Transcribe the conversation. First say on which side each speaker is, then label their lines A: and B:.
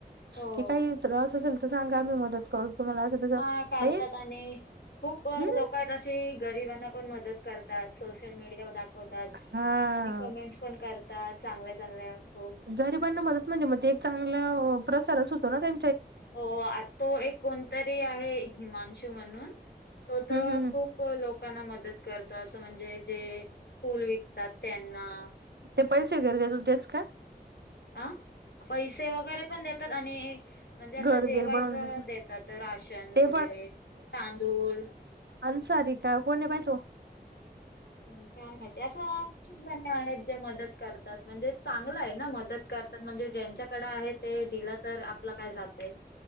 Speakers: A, on the left; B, on the right.
A: हो
B: की काही त्रास असेल तर सांगा, आम्ही मदत करू. तुम्हाला असं तसं
A: हा कारत्यात
B: म्हणजे
A: आणि खूप
B: हम्म
A: लोक आहेत अशी गरीबांना पण मदत करतात. सोशल मीडियावर दाखवतात.
B: हा
A: आणि कमेन्ट्सपण करतात चांगल्या चांगल्या. खूप
B: गरिबांना मदत म्हणजे मग ते एक चांगला प्रसारच होतो ना त्यां
A: हो आ तो एक कोणतरी आहे हिमांशू म्हणून तो तर
B: हम्म हम्म हम्म
A: खूप लोकांना मदत कर तो, असं म्हणजे जे फुलं विकतात त्यांना.
B: ते पैसे वगैरे देतात तेच काय?
A: आ पैसे वगैरे पण देतात आणि म्हणजे असं
B: घर
A: जेवायचं
B: बीर बनवून देत
A: देतात, राशन
B: ते
A: वगैरे, तांदूळ
B: अंसारिका कोण हाय बाय तो.
A: काय माहित अशा आहेत जे मदत करतात, म्हणजे चांगलं आहे ना, मदत कर करतात म्हणजे ज्यांच्याकडे आहे ते दिलं, तर आपलं काय जातंय.